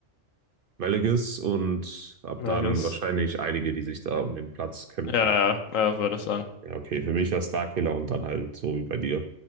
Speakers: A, on the right; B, on the left.
A: Velegis und ab
B: Melges.
A: dann wahrscheinlich einige, die sich da um den Platz kämpfen.
B: Ja, ja, ja, würde ich sagen.
A: Ja, okay, für mich war Starkiller und dann halt so wie bei dir.